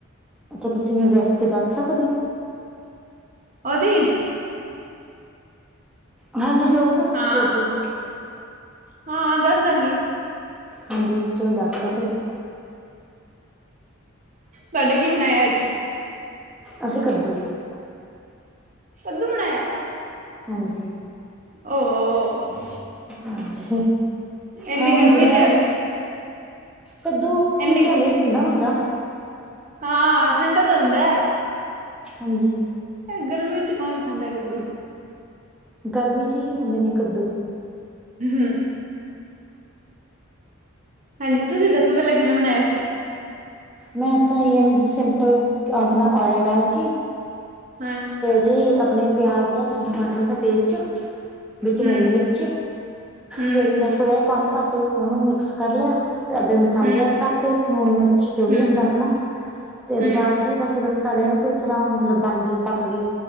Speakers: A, in the centre; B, on the right.
A: ਅੱਛਾ ਤੁਸੀਂ ਮੈਨੂੰ ਰੈਸਿਪੀ ਦੱਸ ਸਕਦੇ ਹੋ।
B: ਉਹਦੀ।
A: ਹਾਂਜੀ ਜੋ ਵੀ। ਤੁਹਾਨੂੰ ਠੀਕ
B: ਹਾਂ,
A: ਲੱਗੇ।
B: ਹਾਂ ਦੱਸ ਦਾਂਗੀ।
A: ਹਾਂਜੀ, ਇਹਚੋ ਦੱਸ ਦੇ।
B: ਤਾਡੇ ਕੀ ਬਨਾਇਆ ਅੱਜ।
A: ਅਸੀਂ ਕੱਦੂ।
B: ਸੰਧੂ ਬਣਾਇਆ
A: ਹਾਂਜੀ।
B: ਉਹ ਹੋ,
A: ਹਾਂਜੀ,
B: ਐਨੀ
A: ਹਾਂ ਹੁਣ
B: ਗਰਮੀ
A: ਥੋੜਾ ਜਿਹਾ
B: 'ਚ
A: ਕੱਦੂ ਠੀਕ
B: ਐਨੀ,
A: ਰਹਿੰਦੇ ਠੰਡਾ ਹੁੰਦਾ।
B: ਹਾਂ ਠੰਡਕ ਹੁੰਦਾ।
A: ਹਾਂਜੀ।
B: ਇਹ ਗਰਮੀਆਂ 'ਚ ਕੌਣ ਖਾਂਦਾ ਕੱਦੂ?
A: ਗਰਮੀ 'ਚ ਹੀ ਹੁੰਦੇ ਨੇ ਕੱਦੂ।
B: ਹਮਮ ਹਾਂਜੀ, ਤੁਸੀਂ ਦੱਸੋ? ਪੈਲਾਂ ਕਿਵੇਂ ਬਣਾਇਆ ਸੀ।
A: ਮੈਂ ਤਾਂ ਈ ਐਵੇ ਸਿੰਪਲ, ਆਪਣਾ ਔਇਲ ਡਾਲ ਕੇ
B: ਹਾਂ।
A: ਜੇ ਆਪਣੇ ਪਿਆਜ਼ ਲਾ, ਟਮਾਟਰ ਦਾ ਪੇਸਟ ਵਿੱਚ ਹਰੀ
B: ਹੂੰ
A: ਮਿਰਚ।
B: ਹੂੰ
A: ਫੇਰ
B: ਹੂੰ
A: ਬਸ ਥੋੜਾ ਜਿਹਾ ਪਾਣੀ ਪਾ ਕੇ ਉਹਨੂੰ ਮਿਕਸ ਕਰ ਲਿਆ। ਉਹਦੇ ਮਸਾਲੇ
B: ਹੂੰ
A: ਐਡ ਕਰਤੇ, ਲੂਣ, ਮਿਰਚ ਜੋ ਵੀ
B: ਹੂੰ
A: ਹੁੰਦਾ ਆਪਣਾ। ਉਹਦੇ
B: ਹੂੰ
A: ਬਾਅਦ 'ਚ ਫਿਰ ਬਸ ਜਦੋਂ ਮਸਾਲੇ ਨਾ ਪੂਰੀ ਤਰ੍ਹਾਂ ਮਤਲਬ ਬਣ ਗਏ। ਪੱਕ ਗਏ,